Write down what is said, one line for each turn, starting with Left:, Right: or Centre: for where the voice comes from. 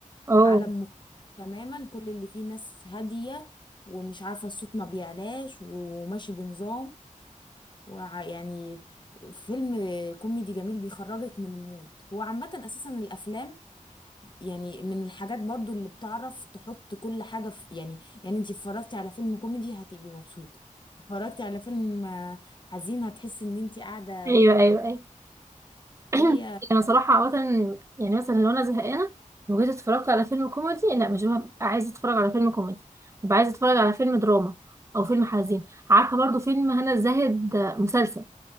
Right: اه
Left: عالم مختلف تماما كل اللي فيه ناس هادية ومش عارفة الصوت ما بيعلاش وماشي بنظام وع- يعني فيلم كوميدي جميل بيخرجك من المود هو عامة أساسا الأفلام يعني من الحاجات برضو اللي بتعرف تحط كل حاجة في يعني يعني انتي اتفرجتي على فيلم كوميدي هتبقي مبسوطة اتفرجتي على فيلم آه، حزين هتحسي ان انتي قاعدة
Right: ايوه ايوه ايوه <clears throat>
Left: هي
Right: انا صراحه عاده يعني مثلا لو انا زهقانه وجيت اتفرجت على فيلم كوميدي لا مش ببقى عايزه اتفرج على فيلم كوميدي ببقى عايزه اتفرج على فيلم دراما او فيلم حزين عارفه برضو فيلم هنا الزاهد مسلسل